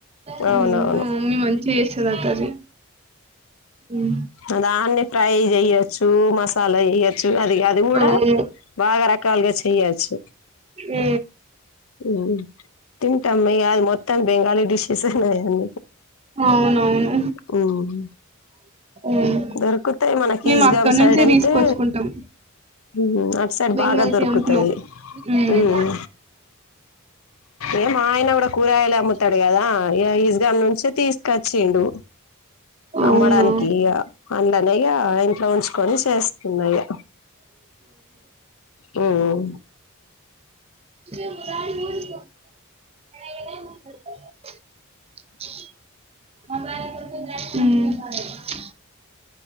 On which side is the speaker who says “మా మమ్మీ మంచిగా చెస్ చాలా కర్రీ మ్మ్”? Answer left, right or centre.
Right